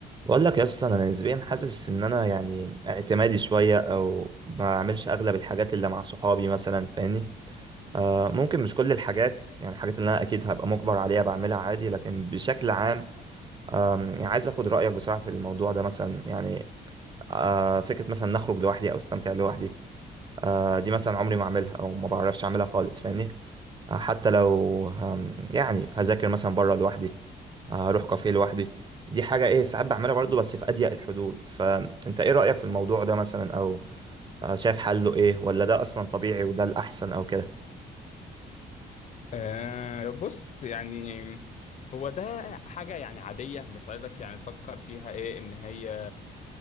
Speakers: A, on the right; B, on the left.
A: بقول لك يا اسطى انا نسبيا حاسس ان انا يعني اعتمادي شويه او ما بعملش اغلب الحاجات اللي مع صحابي مثلا فاهمني آه ممكن مش كل الحاجات يعني الحاجات اللي انا اكيد هبقى مجبر عليها بعملها عادي لكن بشكل عام آم، يعني عايز اخد رايك بصراحه في الموضوع ده مثلا يعني آه فكره مثلا نخرج لوحدي او استمتع لوحدي آه دي مثلا عمري ما اعملها او ما بعرفش اعملها خالص فاهمني آه حتى لو هم- يعني هذاكر مثلا بره لوحدي اروح كافيه لوحدي دي حاجة ايه ساعات بعملها برضه بس في اضيق الحدود فانت ايه رأيك في الموضوع ده مثلا او آه، شايف حله ايه ولا ده اصلا طبيعي وده الاحسن او كده
B: آه بص يعني هو ده حاجة يعني عادية مش عايزك يعني تفكر فيها ايه ان هي